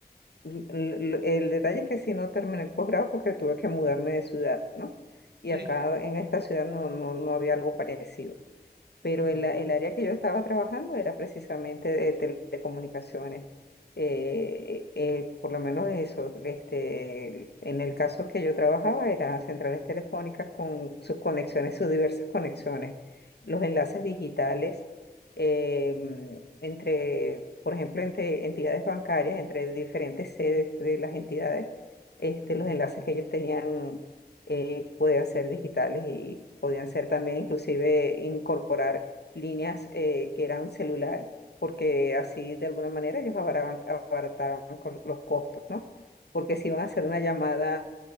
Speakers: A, on the left (about 80°); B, on the right (about 75°).
A: l- El detalle es que sí no terminé el posgrado porque tuve que mudarme de ciudad, ¿no? Y
B: Sí.
A: acá en esta ciudad no, no, no había algo parecido pero
B: Ujú,
A: el, a- el área que yo estaba trabajando era precisamente de telecomunicaciones. Eh, eh, por lo menos eso, este, en el caso que yo trabajaba eran centrales telefónicas con sus conexiones, sus diversas conexiones, los enlaces digitales em, entre, por ejemplo, entre entidades bancarias, entre diferentes sedes de las entidades, este,
B: ujú,
A: los enlaces que ellos tenían eh, podían ser digitales y podían ser también inclusive incorporar líneas eh, que eran celular, porque así de alguna manera ellos abaraban- abarataban, co- los costos, ¿no? Porque si iban a hacer una llamada